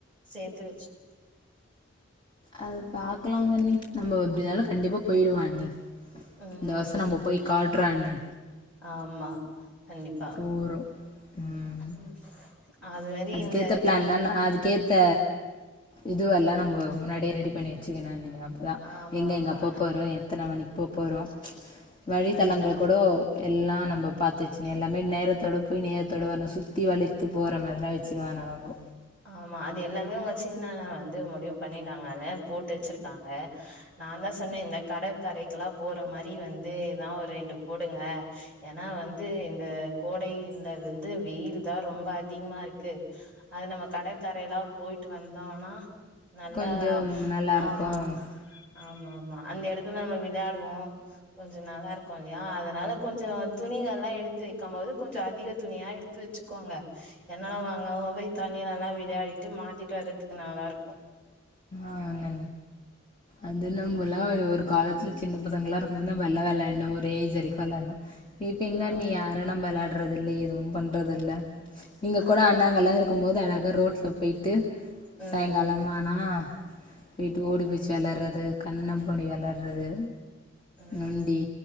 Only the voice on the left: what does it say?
அது பாக்கலாங்கண்ணி நம்ம எப்படினாலும் கண்டிப்பா போயிடுவோம் அண்ணி
இந்த வருசம் நம்ம போய் காட்டு அண்ணி
போகிறோம் ம்
அதுக்கேற்ற
பிளான்லாம்
நான் அதுக்கேற்ற இதுவெல்லாம் நம்ம முன்னாடியே ரெடி பண்ணி வெச்சிக்கினாங்க அப்பதான்
எங்க
எங்க போ போகறோம் எத்தனை மணிக்கு போக போகறோம் வழிதலங்கள்
கூட எல்லாம் நம்ம பார்த்து பிரச்ச எல்லாமே நேரத்தோட போய் நேரத்தோட வரணும் சுத்தி வி போற மாதிரி வச்சு பஸ்சுக்கு வான போ
கொஞ்சம் நல்லாயிருக்கும்
ஆஹங்க அது நம்மல்லாம் ஒரு காலத்துல சின்ன பசங்களல்லாம் இருக்கும் போது நம்மளல்லாம் விளையாடணும் ஒரு ஏஜ் வரைக்கும் விளையாண்டோம் எல்லாரும் இப்ப எங்க
அண்ணி யாரு நம்மலாட பண்றது இல்ல எதுவும் பண்றதுல்ல நீங்க
கூட அண்ணாங்கல்லாம் இருக்கும் போது எனக்கு ஒரு ரோட்ல போயிட்டு
சாயங்காலம் ஆனா வீட்டு ஓடி புடுச்சு விளையாடுறது கண்ண பண்ணி விளாடுறது
நொண்டி